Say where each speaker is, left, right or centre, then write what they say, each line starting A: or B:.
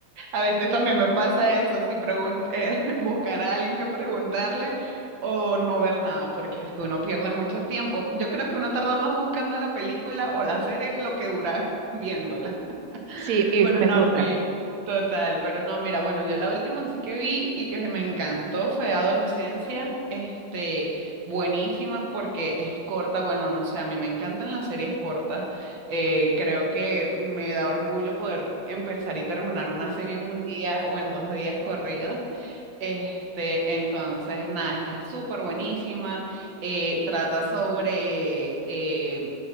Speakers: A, on the right (about 65°); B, on the right (about 85°).
A: A veces también me pasa eso, si pregun- eh, <laughs> buscar a alguien que preguntarle o no ver nada, porque es que uno pierde mucho tiempo. Yo creo que uno tarda más buscando la película o la serie lo que dura <laughs> viéndola.
B: Sí, y
A: Pero
B: me
A: no,
B: frustra.
A: me... Total, pero no, mira, bueno, yo la última sí que vi y que me encantó fue Adolescencia, este, buenísima porque es corta, bueno, no sé, a mí me encantan las series cortas, eh, creo que me da orgullo poder empezar y terminar una serie en un día o en dos días corridos, este, entonces, nada, está súper buenísima. Eh, trata sobre eh,